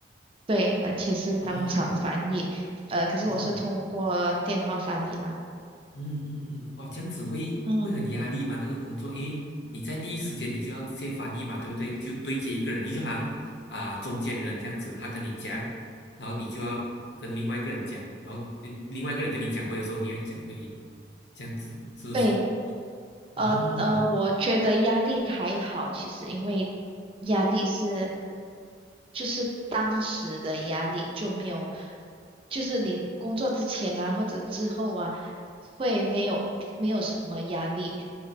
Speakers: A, on the right (about 30°); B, on the left (about 70°).
A: 对，而且是当场翻译。
B: 啊
A: 呃，可是我是通过电话翻译啦。
B: 哦，嗯嗯嗯，哇，这样子会会很压力吗？
A: 嗯，
B: 那个工作，因为你在第一时间你就要直接翻译嘛，对不对？就对接一个人，你就好像啊、中间人这样子，他跟你讲，然后你就要跟另外一个人讲，然后你另外一个人跟你讲回的时候，你会讲回，这样子是不是？
A: 对。
B: 哦，
A: 呃呃，我觉得压力还好，其实因为压力是就是当时的压力就没有，就是你工作之前啊或者之后啊，会没有没有什么压力，